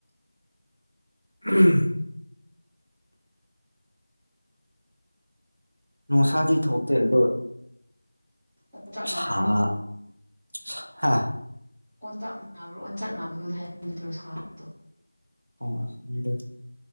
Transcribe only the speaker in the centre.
ꯑꯣꯟꯆꯥꯛ ꯅꯥꯕ꯭ꯔꯥ
ꯑꯣꯟꯇꯛ ꯅꯥꯕ꯭ꯔꯣ ꯑꯣꯟꯇꯥꯛ ꯅꯥꯕꯗꯣꯅ ꯍꯥꯏ ꯅꯠꯇꯔꯣ ꯁꯥꯕꯗꯣ